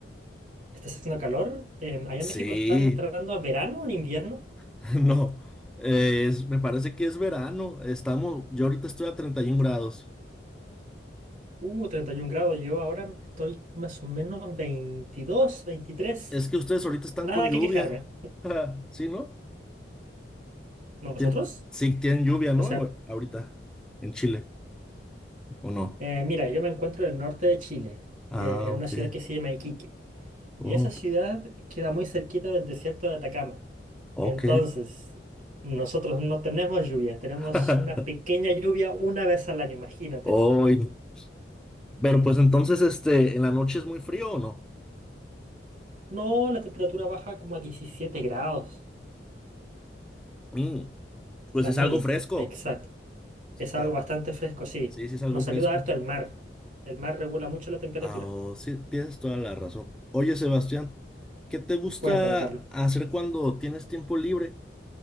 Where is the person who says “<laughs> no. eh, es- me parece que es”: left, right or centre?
Centre